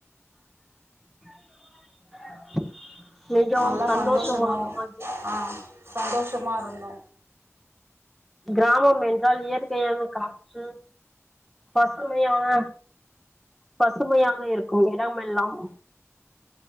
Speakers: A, in the centre; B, on the right.
A: <inaudible> மிகவும்
B: நல்லா
A: சந்தோஷ
B: சந்தோஷமாவு
A: உலகமாக இருந்தது
B: ஆ சந்தோஷமா இருந்தோ
A: கிராமம் என்றால் இயற்கையான காற்று பசுமையான பசுமையாக இருக்கும் இடம் எல்லாம்